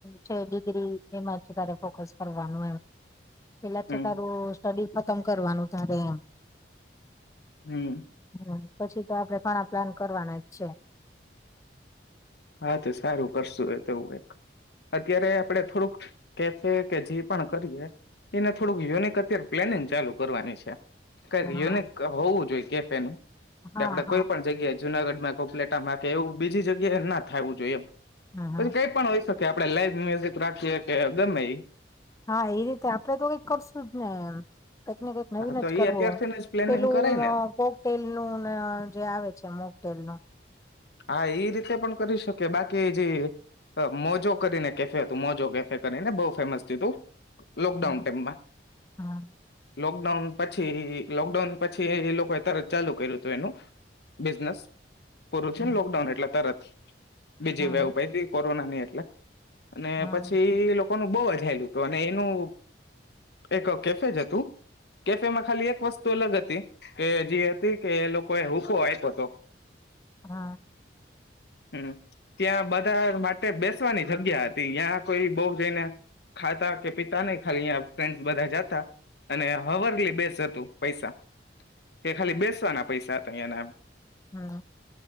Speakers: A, on the left; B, on the left.
A: છે ડિગ્રી એમાં તારે ફોકસ કરવાનું એમ પેલા
B: હમ
A: છે તારું સ્ટડી ખતમ કરવાનું તારે એમ
B: હમ
A: હમ પછી તો આપડે ઘણા પ્લાન કરવાના છે.
B: હા તો સારું કરશું એ તોવું એક અત્યારે આપડે થોડુંક કેફે કે જે પણ કરી એને થોડુંક યુનિક અત્યારે પ્લેનિંગ ચાલુ કરવાની છે. કઈક
A: હા
B: યુનિક હોવું જોઈએ કેફે નું
A: હા
B: કે આપડે
A: હા
B: કોઈ પણ જગ્યા જુનાગઢ માં કોપલેટામાં કે એવું બીજી જગ્યાએ ના થવું જોઈએ એમ
A: હમ્મ હમ્મ
B: પછી કઈ પણ હોય. તો કે આપણે લાઈવ મ્યુઝિક રાખીએ કે ગમે ઈ
A: હા એ રીતે આપણે તો કઈક કરશું જ ને એમ કંઈક ને કંઈક નવીન
B: હા તો
A: જ
B: એ
A: કરવો
B: અત્યારથીને જ પ્લેનિંગ
A: પેલું
B: કરે ને
A: કોકટેલ નું ને જે આવે છે મોકટેલનું
B: હા એ રીતે પણ કરી શકે બાકી જે અ મોજો કરીને કેફે હતું મોજો કેફે કરીને બહુ ફેમસ થયું તું લોકડાઉન
A: હમ્મ
B: ટાઈમમાં
A: હમ્મ
B: લોકડાઉન પછી લોકડાઉન પછી એ લોકોએ તરત ચાલુ કર્યું તું એનું બિઝનેસ પૂરું થયું
A: હમ્મ
B: ને લોકડાઉન એટલે તરત બીજી
A: હમ્મ
B: વેવ પઈતી કોરોના ની એટ લે અને
A: હમ્મ
B: પછી ઈ લોક કોનું બઉ જ હાયલું તું અને એનું એક કેફેજ હતું કેફેમાં ખાલી એક વસ્તુ અલગ હતી કે જે હતી કે એ લોકોએ હૂકો આપ્યો તો તો
A: હમ્મ
B: હમ ત્યાં બધા માટે બેસવાની જગ્યા હતી. યાં કોઈ બહુ જઈને ખાતા કે પીતા નહી ખાલી ઈયા ફ્રેન્ડસ બધાં જાતા અને હવરલી બેઝ હતું પૈસા તે ખાલી બેસવાના પૈસા થાતા ઈયા ના એમ
A: હમ